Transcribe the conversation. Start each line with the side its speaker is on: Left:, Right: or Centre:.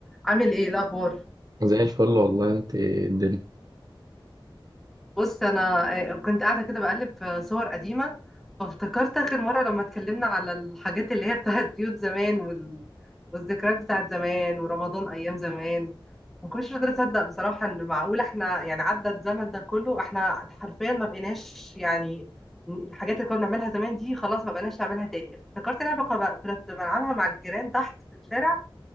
Centre: عامل ايه إيه الاخبار
Right: زي الفل والله انت الدنيا
Centre: بص انا آه، كنت قاعده كده بقلب في صور قديمه فافتكرت اخر مره لما اتكلمنا على الحاجات اللي هي بتاعت بيوت زمان وال... والذكريات بتاعت زمان ورمضان ايام زمان ما كنتش قادره اصدق بصراحه ان معقول احنا يعني عدى الزمن ده كله احنا حرفيا ما بقيناش يعني الحاجات اللي كنا بنعملها زمان دي خلاص ما بقيناش نعملها تاني افتكرت لعبه كنا كنا بنلعبها مع الجيران تحت في الشارع